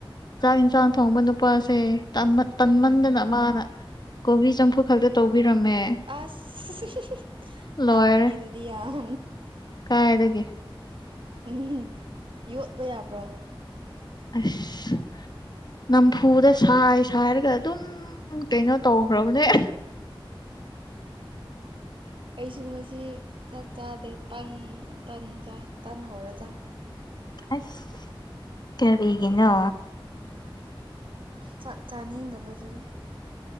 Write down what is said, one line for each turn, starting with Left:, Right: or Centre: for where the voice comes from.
Left: ꯆꯥꯛ ꯌꯦꯟꯁꯥꯡ ꯊꯣꯡꯕ ꯅꯨꯄꯥꯁꯦ ꯇꯟꯃꯟ ꯇꯟꯃꯟꯗꯅ
Right: ꯎꯝ
Left: ꯃꯥꯅ ꯀꯣꯕꯤ ꯆꯝꯐꯨ ꯈꯛꯇ__ ꯇꯧꯕꯤꯔꯝꯃꯦ
Right: ꯑꯁ
Left: ꯂꯣꯏꯔꯦ
Right: ꯍꯥꯎꯔꯦꯅꯦ ꯑꯗꯨꯗꯤ ꯌꯥꯝ
Left: ꯀꯥꯏꯗꯒꯤ
Right: ꯎꯝ ꯌꯣꯠꯄ ꯌꯥꯕ꯭ꯔꯣ
Left: ꯑꯁ ꯅꯝꯐꯨꯗ ꯁꯥꯏ ꯁꯥꯏꯔꯒ ꯑꯗꯨꯝ ꯀꯩꯅꯣ ꯇꯧꯈ꯭ꯔꯕꯅꯦ
Right: ꯑꯩꯁꯨ ꯉꯁꯤ ꯆꯠ ꯆꯗꯦ ꯇꯟ ꯇꯥꯟꯆꯥ ꯇꯥꯟ ꯍꯧꯔ ꯆꯥ
Left: ꯑꯁ ꯀꯔꯤꯒꯤꯅꯣ
Right: ꯆꯥꯥꯛ ꯆꯥꯅꯤꯡꯗꯕꯗꯨꯒꯤ